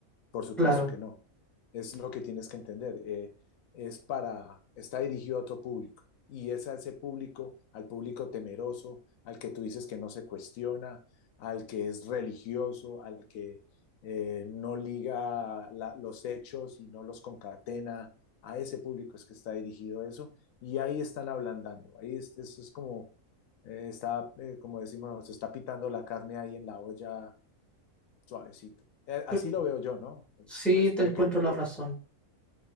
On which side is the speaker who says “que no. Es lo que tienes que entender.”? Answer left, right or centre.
Left